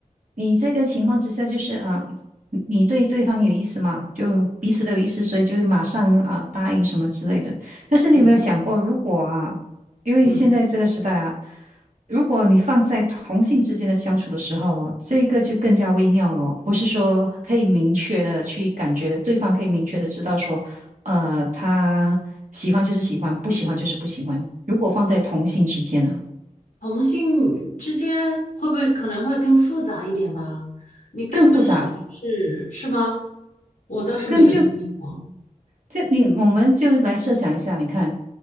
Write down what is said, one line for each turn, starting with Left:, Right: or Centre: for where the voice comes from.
Right: 你这个情况之下，就是啊，你你对对方有意思嘛，就彼此都有意思，所以就会马上啊答应什么之类的。但是你有没有想过，
Left: 嗯
Right: 如果啊，因为现在这个时代啊，
Left: 嗯。
Right: 如果你放在同性之间的相处的时候哦，这个就更加微妙了哦不是说可以明确的去感觉对方可以明确的知道说，呃，他喜欢就是喜欢，不喜欢就是不喜欢。如果放在同性之间啊，
Left: 同性之间会不会可能会更复杂一点吧？你更不想就是是吧？
Right: 更复杂。
Left: 我倒是没有经历过。
Right: 更就就你，我们就来设想一下，你看，